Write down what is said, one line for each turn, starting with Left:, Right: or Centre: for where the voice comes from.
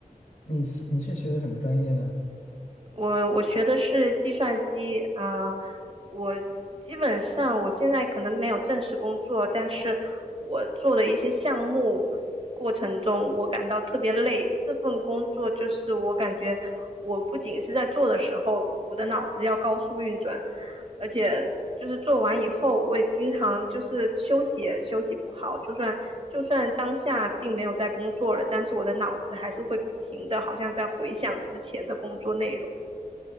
Left: 你是你是学的什么专业呢？
Right: 我我学的是计算机啊，我基本上我现在可能没有正式工作，但是我做的一些项目过程中，我感到特别累。这份工作就是我感觉我不仅是在做的时候，我的脑子要高速运转，而且就是做完以后，我也经常就是休息也休息不好，就算就算当下并没有在工作了，但是我的脑子还是会不停的，好像在回想之前的工作内容。